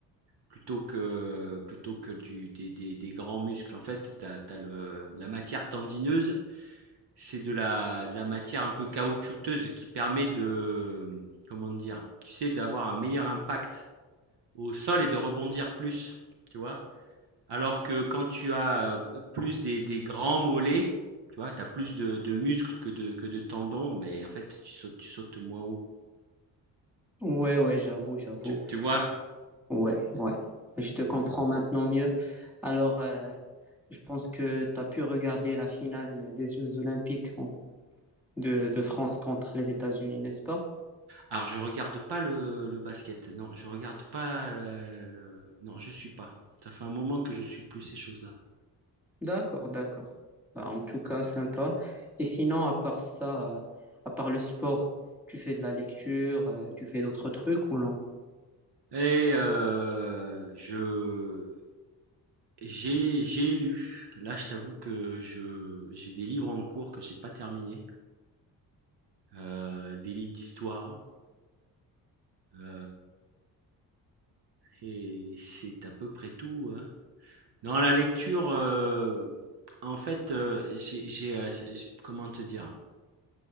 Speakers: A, on the right (about 50°); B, in the centre.
A: plutôt que plutôt que du des des des grands muscles. En fait, tu as tu as le la matière tendineuse, c'est de la, de la matière un peu caoutchouteuse qui permet de, mmh, comment dire, tu sais, d'avoir un meilleur impact au sol et de rebondir plus, tu vois. Alors que quand tu as euh, plus des, des grands mollets, tu vois, tu as plus de, de muscles que de, que de tendons, mais en fait, tu sautes, tu sautes moins haut.
B: Ouais, ouais, j'avoue, j'avoue.
A: Tu, tu vois?
B: Ouais, ouais. Je te comprends maintenant mieux. Alors, euh, je pense que tu as pu regarder la finale des Jeux Olympiques hein, de, de France contre les États-Unis, n'est-ce pas?
A: Alors, je regarde pas le, le basket. Non, je regarde pas le, le- Non, je suis pas. Ça fait un moment que je suis plus ces choses-là.
B: D'accord, d'accord. Bah, en tout cas, sympa. Et sinon, à part ça, euh, à part le sport, tu fais de la lecture, euh, tu fais d'autres trucs ou non?
A: Et euh, je J'ai j'ai lu. Là, je t'avoue que je j'ai des livres en cours que j'ai pas terminés, heu, des livres d'histoire, heu et c'est à peu près tout, hein. Non, la lecture, heu, en fait, heu, j'ai j'ai, heu, c'est j comment te dire?